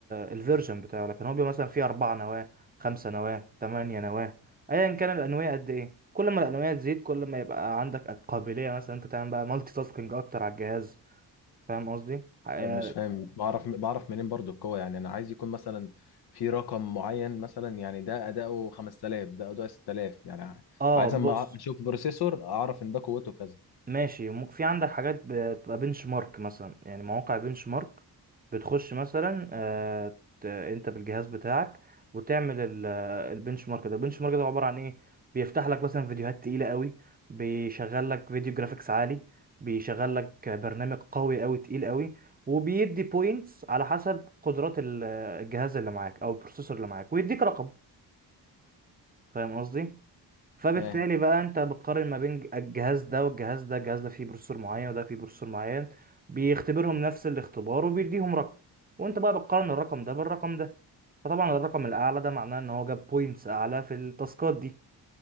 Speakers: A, on the right; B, on the left.
A: الفيرجن بتاعه لكن هو بيبقى مثلا فيه اربع نواه خمسه نواه ثمانيه نواه ايا كان الانويه قد ايه كل ما الانويه تزيد كل ما يبقى عندك قابليه مثلا انت تعمل بقى مالتي تاسكينج اكتر على الجهاز فاهم قصدي؟ اه
B: لا مش فاهم بعرف بعرف منين برضو القوة يعني انا عايز يكون مثلا في رقم معين مثلا يعني ده اداؤه 5000 ده اداؤه 6000 يعني
A: آه،
B: عايز
A: بص
B: اما اشوف بروسيسور اعرف ان ده قوته كذا
A: ماشي ممكن في عندك حاجات بتبقى بنش مارك مثلا يعني مواقع بنش مارك بتخش مثلا آه، ت- انت بالجهاز بتاعك وتعمل ال- آه، البنش مارك ده البنش مارك ده عبارة عن ايه بيفتح لك مثلا فيديوهات تقيلة قوي بيشغل لك فيديو جرافيكس عالي بيشغل لك برنامج قوي قوي تقيل قوي وبيدي بوينتس على حسب قدرات ال- آه، الجهاز اللي معاك او البروسيسور اللي معاك ويديك رقم فاهم قصدي فبالتالي
B: فاهم
A: بقى انت بتقارن ما بين الجهاز ده والجهاز ده الجهاز ده فيه بروسيسور معين وده فيه بروسيسور معين بيختبرهم نفس الاختبار وبيديهم رقم وانت بقى بتقارن الرقم ده بالرقم ده فطبعا الرقم الاعلى ده معناه ان هو جاب بوينتس اعلى في التاسكات دي